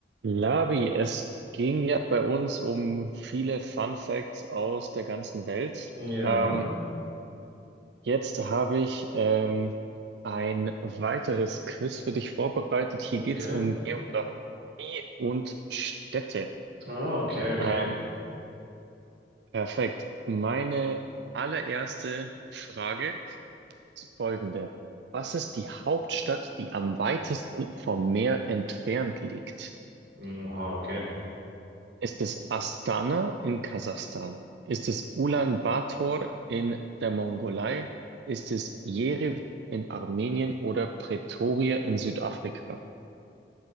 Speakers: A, on the right; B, on the right.
A: Labi, es ging ja bei uns um viele Fun Facts aus der ganzen Welt.
B: Ja,
A: Ähm, jetzt habe ich ähm, ein weiteres Quiz für dich vorbereitet. Hier
B: okay.
A: geht es um Geografie und Städte.
B: Ah, okay, okay.
A: Ähm, perfekt. Meine allererste Frage ist folgende. Was ist die Hauptstadt, die am weitesten vom Meer entfernt liegt?
B: Oha, okay.
A: Ist es Astana in Kasachstan? Ist es Ulaanbaatar in der Mongolei? Ist es Jerewan in Armenien oder Pretoria in Südafrika?